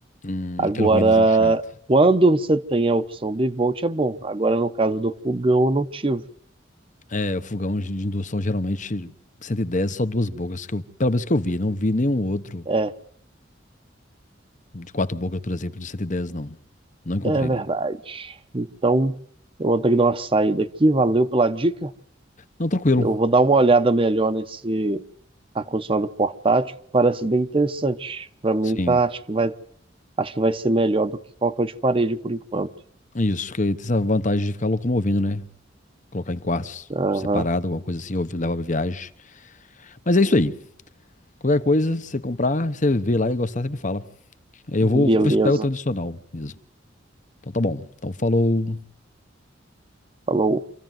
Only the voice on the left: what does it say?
Hum,
aquele ruídozinho chato.
É, o fogão de indução geralmente 110, só duas bocas, que eu, pelo menos que eu vi. Não vi nenhum outro
de quatro bocas, por exemplo, de 110, não. Não encontrei,
né?
Não, tranquilo.
Sim.
Isso, que tem essa vantagem de ficar locomovendo, né? Colocar em quartos
separado, alguma coisa assim, ou leva pra viagem. Mas é isso aí. Qualquer coisa, você comprar, você vê lá e gostar, você me fala. Aí
eu vou, vou ver se eu pego o tradicional mesmo. Então tá bom. Então falou.